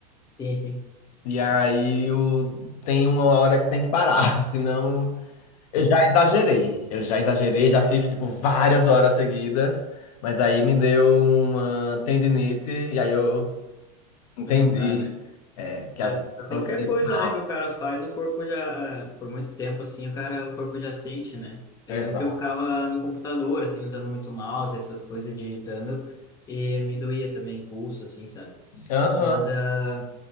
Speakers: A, on the left; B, on the left.
A: Sim, sim.
B: E aí o... tem uma hora que tem que parar, <laughs> senão
A: Sim.
B: eu já exagerei. Eu já exagerei, já fiz tipo várias horas seguidas, mas aí me deu uma tendinite e aí eu entendi
A: Não não dá, né?
B: é, que
A: É,
B: a vida
A: qualquer
B: tem que ser
A: coisa,
B: final.
A: né, que o cara faz, o corpo já, é, por muito tempo, assim, o cara, o corpo já sente, né? Eu
B: Exato.
A: lembro que eu ficava no computador, assim, usando muito mouse, essas coisas, digitando, e me doía também o pulso, assim, sabe?
B: Aham.
A: Mas ah,